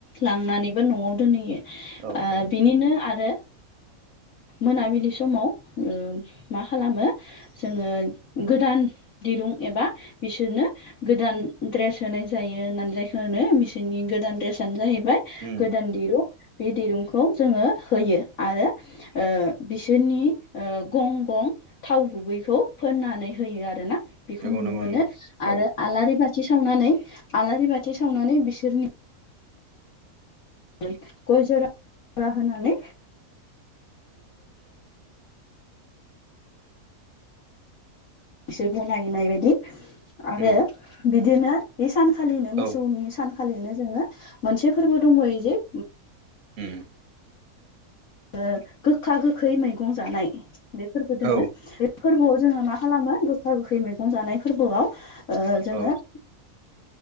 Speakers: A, on the left; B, on the right.
A: लांनानैबो न'आव दोनहैयो।
B: औ
A: ओ
B: औ
A: बिनिनो
B: नंगौ
A: आरो मोनाबिलि समाव ओ मा खालामो जोंङो गोदान दिरुं एबा बिसोरनो गोदान ड्रेस होनाय जायो होननानै जायखौ होनो मेसिननि गोदान ड्रेस आनो जाहैबाय
B: उम
A: गोदान दिरुं बे दिरुंखौ जोंङो होयो आरो ओ बिसोरनि ओ गं गं थाव गुबैखौ फोननानै होयो आरोना। बेखौ
B: नंगौ
A: नुनो
B: नंगौ
A: मोनो
B: नंगौ औ
A: आरो आलारि बाथि सावनानै आलारि बाथि सावनानै बिसोरनि नोय गय जरा जरा होनानै
B: <inaudible>
A: बिसोर गनायनाय बायदि आरो
B: उम
A: बिदिनो बे सानखालिनो मोसौनि
B: औ
A: सान खालिनो जोंङो मोनसे फोरबो दंबावयो जे
B: उम
A: ओ गोखा गोखै मैगं जानाय बेफोरबो दोंङो
B: औ
A: फोरबोआव जोंङो मा खालामो गोखा गोखै मैगं जानाय फोरबोआव ओ जोंङो
B: औ